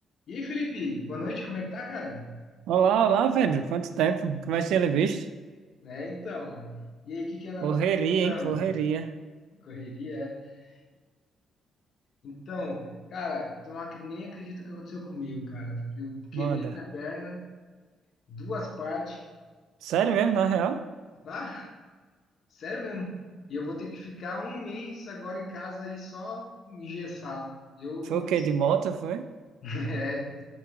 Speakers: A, on the left (about 60°); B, on the right (about 80°).
A: E aí, Felipe, boa noite, como é que tá, cara?
B: Olá, olá, Pedro Quanto tempo? Como é que tinha visto?
A: É, então, mano. e aí, o que que anda
B: Correria,
A: contando?
B: hein? Correria.
A: Correria, é. Então, cara, tu não ac- nem acredito o que aconteceu comigo, cara. Eu quebrei
B: Manda.
A: a perna, duas partes,
B: Sério mesmo, na real?
A: bah, sério mesmo. E eu vou ter que ficar um mês agora em casa aí só engessado. Eu
B: Foi
A: vou,
B: o quê? De moto, foi?
A: <laughs> é,